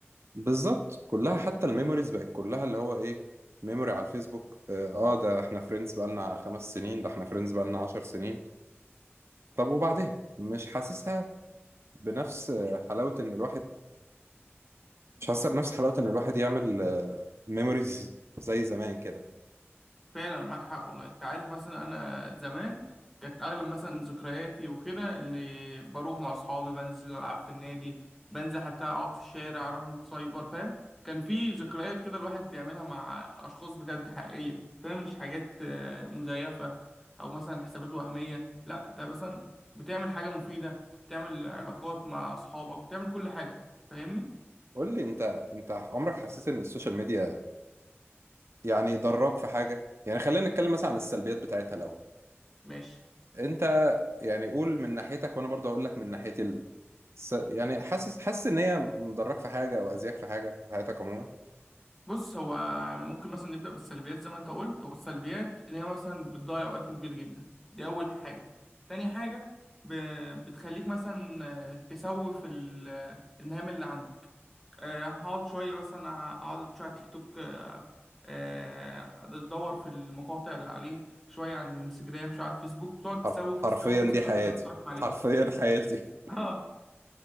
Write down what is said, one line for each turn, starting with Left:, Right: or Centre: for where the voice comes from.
Right: بالظبط كلها حتى الميموريز بقت كلها اللي هو ايه ميموري على الفيسبوك اه آه، ده احنا فريندز بقالنا خمس سنين ده احنا فريندز بقالنا عشر سنين طب وبعدين مش حاسسها بنفس آه، حلاوة ان الواحد مش حاسسها بنفس حلاوة ان الواحد يعمل آه، ميموريز زي زمان كده
Centre: فعلا معاك حق والله انت عارف مثلا انا زمان كانت اغلب مثلا ذكرياتي وكده اللي بروح مع اصحابي بنزل العب في النادي بنزل حتى اقعد في الشارع اروح السايبر فاهم كان في ذكريات كده الواحد بيعملها مع اشخاص بجد حقيقية فاهم مش حاجات آه، مزيفة او مثلا حسابات وهمية لا انت مثلا بتعمل حاجة مفيدة بتعمل علاقات مع اصحابك بتعمل كل حاجة فاهمني
Right: قول لي انت انت عمرك حسيت ان السوشيال ميديا يعني ضراك في حاجة يعني خلينا نتكلم مثلا عن السلبيات بتاعتها الاول
Centre: ماشي
Right: انت يعني قول من ناحيتك وانا برضه هقول لك من ناحيتي س... يعني حاسس حاسس ان هي مضرك في حاجه او اذياك في حاجه في حياتك عموما
Centre: بص هو ممكن مثلا نبدأ بالسلبيات زي ما انت قلت والسلبيات ان هي مثلا بتضيع وقت كبير جدا دي اول حاجة تاني حاجة ب... بتخليك مثلا آه، تسوف ال- آه، المهام اللي عندك آه، هقعد شوية مثلا اقعد شوية على التيك توك آه، آه، ادور في المقاطع اللي عليه شوية على الانستجرام شوية على الفيسبوك تقعد تسوف
Right: حرف... حرفيا
Centre: تسوف تسوف
Right: دي حياتي
Centre: لما تروح عليك
Right: حرفيا حياتي
Centre: اه